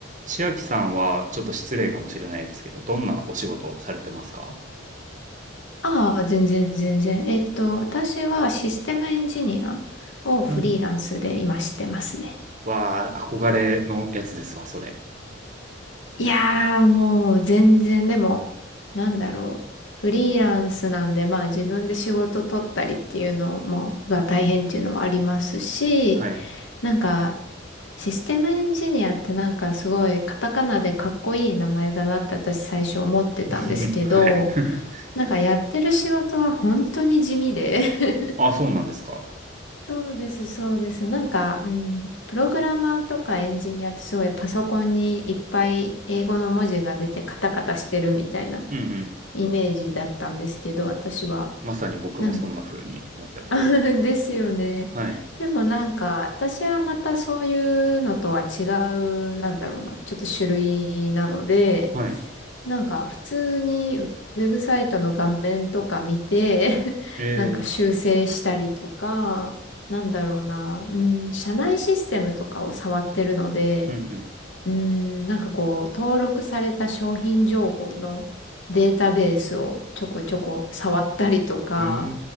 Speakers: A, on the right (about 40°); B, on the left (about 70°).
A: 千秋さんはちょっと失礼かもしれないですけど、どんなお仕事をされてますか
B: ああ、全然全然。えっと、私はシステムエンジニアをフリーランスで今してますね。
A: うん。わあ、憧れのやつですわ、それ。
B: いやー、もう全然、でも、なんだろう。フリーランスなんで、まあ自分で仕事取ったりっていうのも、が大変っていうのはありますし、
A: うん。はい。
B: なんか、システムエンジニアってなんかすごいカタカナでかっこいい名前だなって私最初思ってたんですけど、
A: <laughs> はい。<laughs>
B: なんかやってる仕事は本当に地味で <laughs>
A: あ、そうなんですか。
B: そうです、そうです。なんか、うん、プログラマーとかエンジニアってすごいパソコンにいっぱい英語の文字が出てカタカタしてるみたいな
A: うんうん。
B: イメージだったんですけど、私は。
A: まさに僕もそんな風に思ってます。
B: なん <laughs> ですよね。
A: はい。
B: でもなんか、私はまたそういうのとは違う、なんだろうな、ちょっと種類なので、
A: はい。
B: なんか普通にウェブサイトの画面とか見て <laughs>
A: ええ
B: なんか修正したりとか、なんだろうな、うん、社内システムとかを触ってるので、
A: うん
B: うん、なんかこう、登録された商品情報のデータベースをちょこちょこ触ったりとか、
A: うん。うー